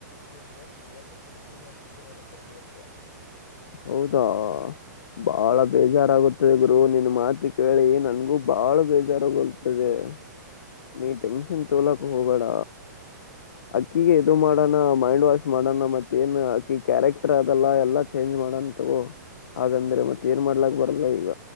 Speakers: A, on the left; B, on the left.
A: ಇದು ಡೊನೇಟ್ ಬ್ಲಡ್ ಡೊನೇಷನ್ ಮಾಡ್ತಿದ್ದೆ ನಾನು ಪ್ರತಿ ವರ್ಷ
B: ಹೌದಾ ಬಾಳ ಬೇಜಾರಾಗುತ್ತ ಗುರು ನಿನ್ ಮಾತ ಕೇಳಿ ನನ್ಗೂ ಬಾಳ ಬೇಜಾರೋಗತದೆ ನೀ ಟೆನ್ಷನ್ ತೋಗೋಲಕ್ ಹೋಗಬೀಡ ಅಕ್ಕಿಗ ಇದು ಮಾಡೋಣ ಮೈಂಡ್ ವಾಶ್ ಮಾಡೋಣ ಮತ್ತೇಏನ್ ಅಕ್ಕಿ ಕ್ಯಾರೆಕ್ಟರ್ ಅದಲ್ಲ ಎಲ್ಲ ಚೇಂಜ್ ಮಾಡಂತವು ಹಾಗಂದ್ರೆ ಮತ್ತ ಏನ್ ಮಾಡ್ಲಾಕ್ ಬರಲ್ಲ ಈಗ